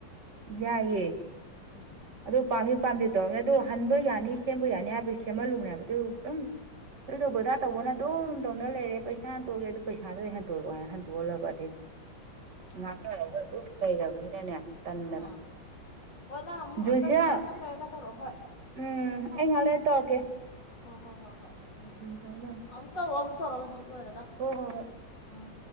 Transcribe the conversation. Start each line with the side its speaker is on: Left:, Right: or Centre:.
Right: ꯌꯥꯏꯌꯦ
Left: ꯎꯝ
Right: ꯑꯗꯨ ꯄꯥꯝꯃꯤ ꯄꯥꯝꯗꯦ ꯇꯧꯔꯝꯅꯤꯅ ꯑꯗꯨ ꯍꯟꯕ ꯌꯥꯅꯤ ꯁꯦꯝꯕ ꯌꯥꯅꯤ ꯍꯥꯏꯕꯩ ꯁꯦꯝꯍꯜꯂꯨꯅꯦꯕ ꯑꯗꯨ ꯎꯝ ꯑꯗꯨ ꯇꯧꯕ ꯑꯗꯥ ꯇꯧꯕꯅ ꯗꯨꯝ ꯇꯧꯅ ꯂꯩꯔꯦ ꯄꯩꯁꯥ ꯍꯟꯇꯣꯛꯑꯒꯦ ꯑꯗꯨ ꯄꯩꯁꯥꯗꯨ ꯑꯣꯏ ꯍꯟꯇꯣꯔꯛꯑꯣ ꯍꯟꯇꯣꯛꯍꯜꯂꯕ ꯑꯗꯩꯗꯤ ꯉꯥꯡꯅꯔꯒ
Left: ꯑꯣ
Right: ꯑꯗꯨꯝ ꯂꯩꯔꯕꯅꯤꯅꯅꯦ ꯇꯟꯗꯅ
Left: ꯑꯥ ꯍꯣꯏ ꯅꯪ ꯑꯃꯨꯛ
Right: ꯖꯣꯟꯁꯤꯌꯥ
Left: ꯑꯝꯇ ꯉꯥꯏꯍꯥꯛꯇꯪ ꯂꯩꯔꯒ ꯇꯧꯔꯛꯑꯣ ꯍꯣꯏ
Right: ꯎꯝ ꯑꯩ ꯉꯩꯍꯥꯛ ꯂꯩꯔ ꯇꯧꯔꯛꯀꯦ
Left: ꯍꯣ ꯍꯣ ꯍꯣ ꯍꯣꯏ ꯎꯝ ꯎꯝ
Right: ꯊꯝꯃꯣ
Left: ꯑꯃꯨ
Right: ꯊꯝꯃꯣ
Left: ꯑꯃꯨꯛ ꯇꯧꯔꯣ ꯑꯃꯨꯛ ꯇꯧꯔꯣ ꯍꯧꯖꯤꯛ ꯂꯣꯏꯔꯒ
Right: ꯍꯣ ꯍꯣ ꯍꯣꯏ
Left: ꯎꯝ